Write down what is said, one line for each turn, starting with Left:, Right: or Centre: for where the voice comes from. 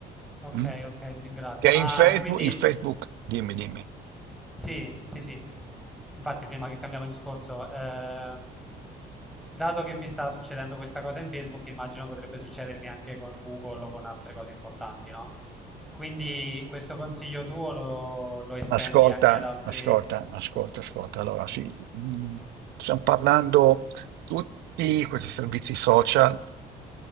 Centre: Ok,
Right: mm?
Centre: ok, ti ringrazio.
Right: che
Centre: Ma
Right: in Facebook,
Centre: quindi
Right: in Facebook, dimmi, dimmi.
Centre: sì, sì, sì. Infatti, prima che cambiamo discorso, eh, dato che mi sta succedendo questa cosa in Facebook, immagino potrebbe succedermi anche con Google o con altre cose importanti, no? Quindi questo consiglio tuo lo, lo estendi
Right: Ascolta,
Centre: anche ad altri,
Right: ascolta, ascolta, ascolta. Allora, sì, mm, stiamo parlando, tutti questi servizi social